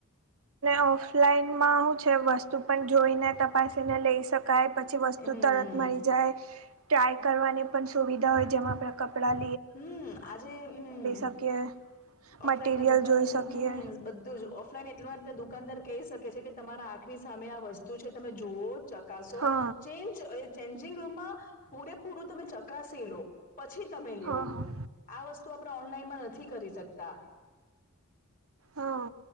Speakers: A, on the right (about 75°); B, on the left (about 40°).
A: ઓફલાઈન માં હું છે વસ્તુ પણ જોઈને તપાસી ને લઈ શક પછી વસ્તુ
B: હમ
A: તરત મલી જાય ટ્રાય કરવાની પણ સુવિધા હોય જેમાં આપે કપડા
B: હમ આજે હમ
A: શકીએ
B: ઓફલાઈન
A: મટીરિયલ
B: માં દુકાન
A: જોઈ શકીએ
B: હમ બધું જ ઓફ એટલા માટે દુકાનદાર કહી શકે છે કે તમારા આંખની સામે આ વસ્તુ હુ છે તમે જોવૉ ચકાસો
A: હા
B: ચ ચેન્જિંગ રૂમમાં પૂરેપૂરું તમે ચકાસી લો પછી તમે લયો
A: હા હા
B: આ વસ્તુ આપણે ઓનલાઈનમાં નથી કરી શકતા
A: હા